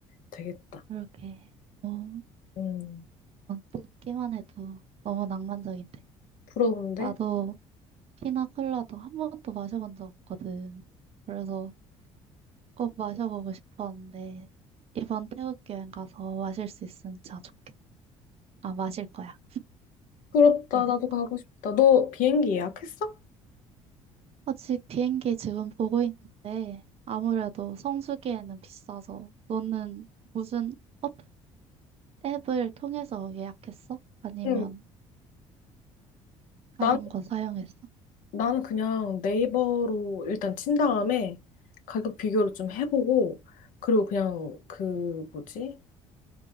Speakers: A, on the left; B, on the right.
A: 되겠다.
B: 그러게. 어, 어,
A: 음,
B: 듣기만 해도 너무 낭만적인데.
A: 부러운데?
B: 나도 피나 콜라도 한 번도 마셔본 적 없거든. 그래서 꼭 마셔보고 싶었는데, 이번 태국 여행 가서 마실 수 있으면 진짜 좋겠다. 아, 마실 거야.
A: 부럽다.
B: 사실.
A: 나도 가고 싶다. 너 비행기 예약했어?
B: 아직 비행기 지금 보고 있는데, 아무래도 성수기에는 비싸서, 너는 무슨 업, 앱을 통해서 예약했어? 아니면
A: 응. 난,
B: 다른 거 사용했어?
A: 나는 그냥 네이버로 일단 친 다음에 가격 비교를 좀 해보고, 그리고 그냥 그, 뭐지?